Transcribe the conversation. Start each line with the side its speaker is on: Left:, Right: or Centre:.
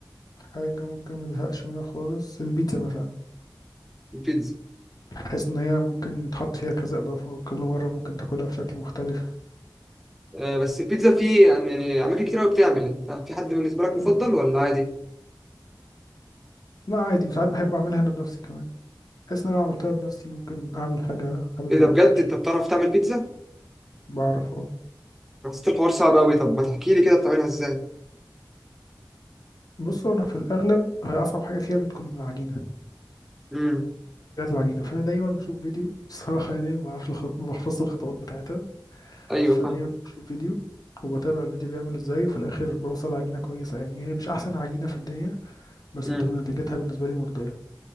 Left: حاجه ممكن مزهقش منها خالص البيتزا مثلا
Centre: البيتزا
Left: بحس ان هي ممكن يتحط فيها كذا اضافه وكل مره ممكن تاكلها بشكل مختلف
Centre: آه، بس البيتزا في يعني يعني اماكن كتير قوي بتعمل انت في حد بالنسبه لك مفضل
Left: مم.
Centre: ولا عادي
Left: لا عادي وساعات بحب اعملها انا بنفسي كمان بحس ان انا لو عملتها بنفسي ممكن اعمل حاجه حاببها
Centre: ايه ده بجد
Left: اكتر
Centre: انت بتعرف تعمل بيتزا
Left: بعرف اه
Centre: حسيت الحوار صعب قوي طب ما تحكي لي كده بتعملها ازاي
Left: بص هو انا في الاغلب هي اصعب حاجه فيها بتكون العجينه
Centre: امم
Left: جهاز العجينه فانا دايما بشوف فيديو <laughs> الصراحه يعني ما بعرفش الخط... ما بحفظش الخطوات بتاعتها
Centre: ايوه
Left: فدايما
Centre: فاهم
Left: بشوف فيديو وبتابع الفيديو بيعمل ازاي وفي الاخر بوصل عجينه كويسه يعني هي مش احسن عجينه في الدنيا بس
Centre: امم
Left: بتبقى نتيجتها بالنسبه لي مرضيه